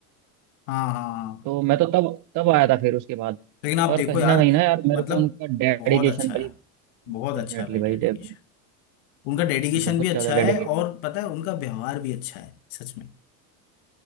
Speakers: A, on the left; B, on the right.
A: हाँ हाँ हाँ।
B: तो मैं तो तब तब आया था फिर उसके बाद
A: लेकिन आप
B: पर
A: देखो
B: कहीं
A: यार
B: ना कहीं ना यार मेरे
A: मतलब
B: को उनका डेडिकेशन
A: बहुत अच्छा है
B: भाई
A: बहुत
B: डेफिनेटली
A: अच्छा है भाई
B: भाई
A: डेडिकेशन
B: डेफिनेटली
A: उनका डेडिकेशन
B: बहुत
A: भी अच्छा
B: ज्यादा डेडिकेटेड
A: है और पता है उनका व्यवहार भी अच्छा है सच में